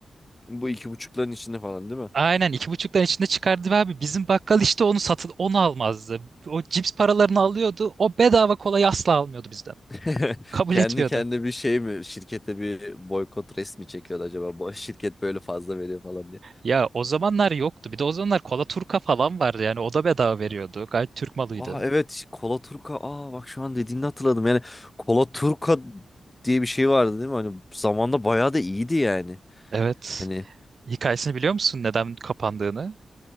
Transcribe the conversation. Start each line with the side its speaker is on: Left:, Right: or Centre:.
Left: Bu iki buçukların içinde falan değil mi?
Right: Aynen iki buçuktan içinde çıkardı ve abi bizim bakkal işte onu satın onu almazdı. O cips paralarını alıyordu o bedava kolayı asla almıyordu bizden.
Left: <laughs>
Right: Kabul
Left: Kendi
Right: etmiyordu.
Left: kendine bir şey mi? Şirkete bir boykot resmi çekiyordu acaba. Bu şirket böyle fazla veriyor falan diye.
Right: Ya o zamanlar yoktu. Bir de o zamanlar Kola Turka falan vardı yani o da bedava veriyordu. Gayet Türk malıydı.
Left: Aa evet Kola Turka. Aa bak şu an dediğini hatırladım. Yani Kola Turka diye bir şey vardı değil mi? Hani zamanda bayağı da iyiydi yani.
Right: Evet.
Left: Hani
Right: Hikayesini biliyor musun neden kapandığını?